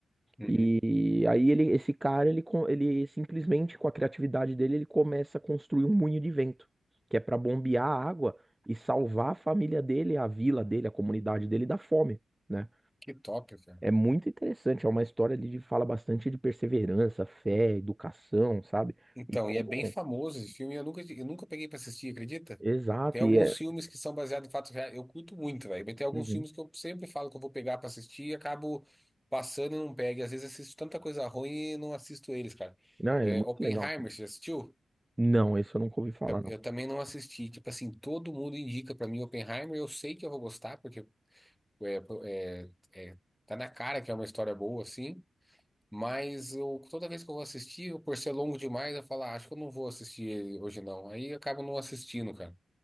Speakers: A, in the centre; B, on the right (about 20°).
A: uhum.
B: E aí ele, esse cara, ele, co- ele simplesmente, com a criatividade dele, ele começa a construir um moinho de vento, que é para bombear a água e salvar a família dele, a vila dele, a comunidade dele da fome. né?
A: Que top, cara.
B: É muito interessante, é uma história ali de fala bastante de perseverança, fé, educação, sabe?
A: Então,
B: E como.
A: e é bem famoso esse filme. Eu nunca, eu nunca peguei pra assistir, acredita?
B: Exato,
A: Tem alguns
B: e é.
A: filmes que são baseados em fatos reais. Eu curto muito, velho. Mas tem alguns
B: Uhum.
A: filmes que eu sempre falo que eu vou pegar pra assistir e acabo passando e não pego. E às vezes assisto tanta coisa ruim e não assisto eles, cara.
B: Não,
A: É,
B: ele é muito
A: Oppenheimer,
B: legal.
A: você já assistiu?
B: Não, esse eu nunca ouvi falar, não.
A: Eu também não assisti. Tipo assim, todo mundo indica pra mim Oppenheimer. Eu sei que eu vou gostar, porque é, é, é, tá na cara que é uma história boa, assim. Mas eu, toda vez que eu vou assistir, eu, por ser longo demais, eu falo, ah, acho que eu não vou assistir ele hoje não. Aí eu acabo não assistindo, cara.